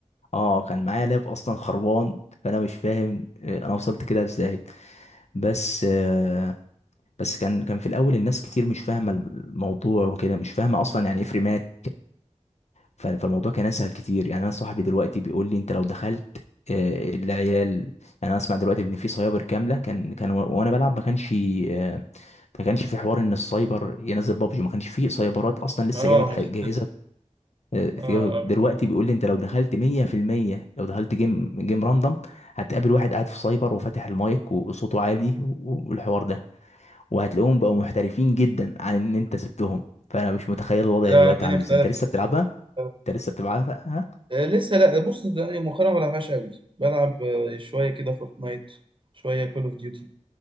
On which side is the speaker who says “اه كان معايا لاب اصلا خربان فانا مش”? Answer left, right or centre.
Left